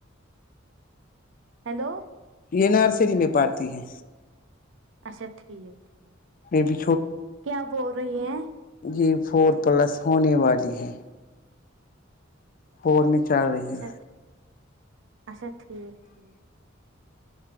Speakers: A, on the right; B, on the left.
A: ہیلو
B: یہ نرسری میں پڑھتی ہے
A: اچھا ٹھیک ٹھیک
B: یہ بھی
A: کیا بول رہی ہیں
B: جی فور پلس ہونے والی ہے فور میں چل رہی
A: اچھا
B: ہے
A: اچھا ٹھیک ٹھیک